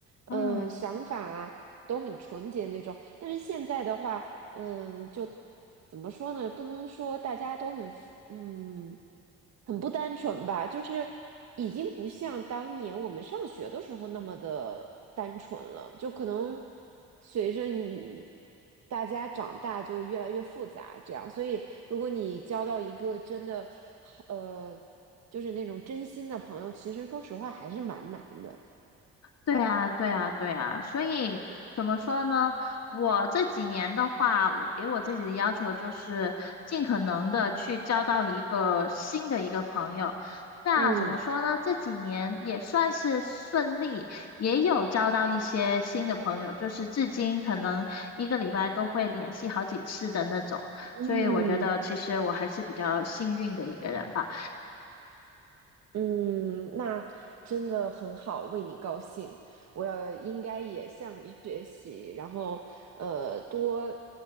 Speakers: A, on the right; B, on the left.
A: 嗯、
B: 嗯。
A: 想法啊都很纯洁那种。但是现在的话，嗯，就怎么说呢？不能说大家都很嗯很不单纯吧，就是已经不像当年我们上学的时候那么的单纯了，就可能随着你大家长大就越来越复杂，这样。所以，如果你交到一个真的好呃，就是那种真心的朋友，其实说实话还是蛮难的。
B: 对啊，对啊，对啊，所以怎么说呢？我这几年的话，我给我自己的要求就是尽可能的去交到一个新的一个朋友。那怎么说呢？
A: 嗯
B: 这几年也算是顺利，也有交到一些新的朋友，就是至今可能一个礼拜都会联系好几次的那种。
A: 嗯。
B: 所以我觉得其实我还是比较幸运的一个人吧。
A: 嗯，那真的很好，为你高兴。我应该也向你学习，然后呃，多